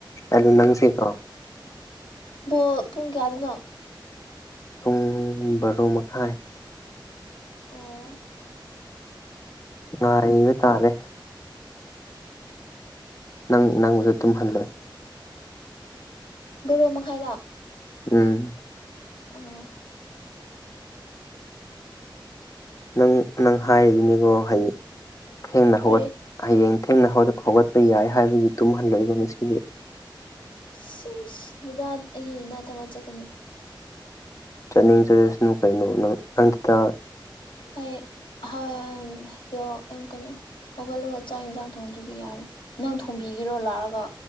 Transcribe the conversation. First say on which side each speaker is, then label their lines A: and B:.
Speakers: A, on the left (about 40°); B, on the left (about 80°).
A: ꯑꯗꯣ ꯅꯪꯁꯦꯀꯣ
B: ꯕꯣꯜ ꯄꯨꯡ ꯀꯌꯥꯗꯅꯣ
A: ꯄꯨꯡ ꯕꯥꯔꯣ ꯃꯈꯥꯏ
B: ꯑꯣ
A: ꯉꯥꯏꯕ ꯇꯥꯔꯦ ꯅꯪ ꯅꯪꯕꯨꯁꯨ ꯇꯨꯝꯍꯜꯂꯣꯏ
B: ꯕꯣꯔꯣꯛ ꯃꯈꯥꯏꯗ
A: ꯎꯝ
B: ꯑꯣ
A: ꯅꯪ ꯅꯪ ꯍꯥꯏꯔꯤꯅꯤꯀꯣ ꯍꯌꯦ ꯊꯦꯡꯅ
B: ꯀꯔꯤ
A: ꯍꯧꯒꯠ ꯍꯌꯦꯡ ꯊꯦꯡꯅ ꯍꯧꯒꯠꯄ ꯌꯥꯏ ꯍꯥꯏꯕꯒꯤ ꯇꯨꯝꯍꯜꯂꯣꯏꯏꯕ ꯉꯁꯤꯗꯤ
B: ꯁꯤ ꯅꯤꯗꯥ ꯑꯩꯒꯤ ꯅꯤꯗꯥ ꯊꯋꯥ ꯆꯠꯀꯅꯤ
A: ꯆꯠꯅꯤꯡ ꯆꯠꯂꯁꯅꯨ ꯀꯩꯅꯣ ꯅꯪ ꯍꯟꯗꯨꯗ
B: ꯑꯩ ꯍ ꯍꯣ ꯀꯩꯅꯣ ꯍꯧꯒꯠꯂꯒ ꯆꯥꯛ ꯌꯦꯟꯁꯥꯡ ꯊꯣꯡꯗ꯭ꯔꯗꯤ ꯌꯥꯔꯣꯏ ꯅꯪ ꯊꯣꯡꯕꯤꯒꯤꯔꯣ ꯂꯥꯛꯑꯒ